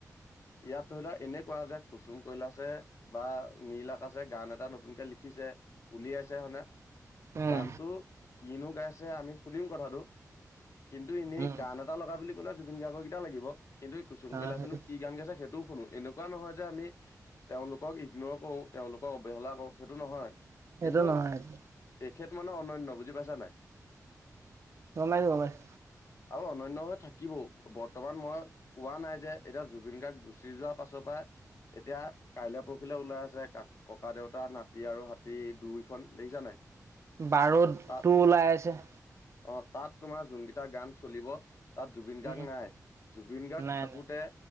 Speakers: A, on the left; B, on the right.
A: ইয়াত ধৰিলোৱা এনেকুৱা যে কুচুম কৈলাছে বা নীল আকাছে গান এটা নতুনকে লিখিছে উলিয়াইছে হনে
B: উম
A: গানটো কিনো গাইছে আমি শুনিম কথাটো কিন্তু এনেই
B: উম
A: গান এটা লগা বুলি ক'লে জুবিন গাৰ্গৰকেইটা লাগিব কিন্তু কুম
B: অ
A: কৈলাসেনো
B: সেইটো
A: কি গান গাইছে সেইটো শুনো। এনেকুৱা নহয় যে আমি তেওঁলোকক ইগনৰ কৰো, তেওঁলোকক অৱহেলা কৰো সেইটো নহয়
B: সেইটো
A: কিন্তু
B: নহয় সেইটো
A: এখেত মানে অনন্য বুজি পাইছা নাই?
B: গম পাইছো, গম পাই-
A: অ অনন্য হৈ থাকিবও। বৰ্তমান মই কোৱা নাই যে এতিয়া জুবিন গাৰ্গ গুচি যোৱাৰ পাছৰ পৰাই এতিয়া কাইলে পৰখিলে ওলাই আছে কা ককা দেউতা নাতি আৰু হাতী দুইখন। দেখিছা- নাই?
B: বাৰুদ
A: তাত
B: টু ওলাই আছে।
A: অ 'তাত তোমাৰ যোনকেইটা গান চলিব তাত জুবিন গাৰ্গ
B: উম
A: নাই। জুবিন গাৰ্গ
B: নাই
A: থাকোতে
B: নাই